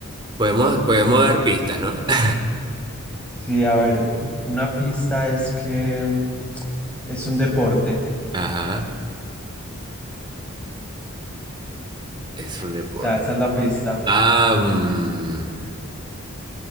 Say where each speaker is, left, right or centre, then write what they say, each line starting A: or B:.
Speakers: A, on the right; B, in the centre.
A: Podemos, podemos dar pistas, ¿no? <laughs>
B: Sí, a ver, una pista es que mm, es un deporte.
A: Ajá, es un deporte.
B: Ya, esa es la pista.
A: Ah, mm,